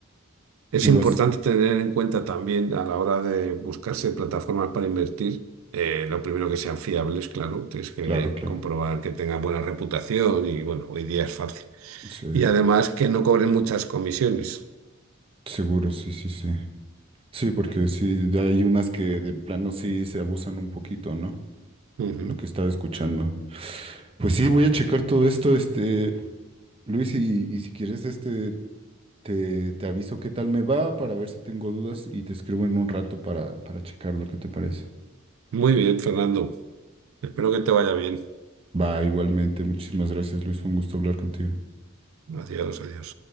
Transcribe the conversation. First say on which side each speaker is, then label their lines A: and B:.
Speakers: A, on the right; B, on the right.
A: Es
B: Me
A: importante
B: vas.
A: tener en cuenta también a la hora de buscarse plataformas para invertir, eh, lo primero que sean fiables, claro, tienes que
B: Claro, claro.
A: comprobar que tengan buena reputación y bueno, hoy día es fácil.
B: Sí,
A: Y además que no cobren muchas comisiones.
B: seguro, sí, sí, sí. Sí, porque sí, de- hay unas que de plano sí se abusan un poquito, ¿no?
A: Ujú.
B: Lo que estaba escuchando. Pues sí, voy a checar todo esto, este, Luis, y, y si quieres, este, te, te aviso qué tal me va para ver si tengo dudas y te escribo en un rato para, para checar lo que te parece.
A: Muy bien, Fernando. Espero que te vaya bien.
B: Va, igualmente, muchísimas gracias, Luis. Fue un gusto hablar contigo.
A: Adiós, adiós.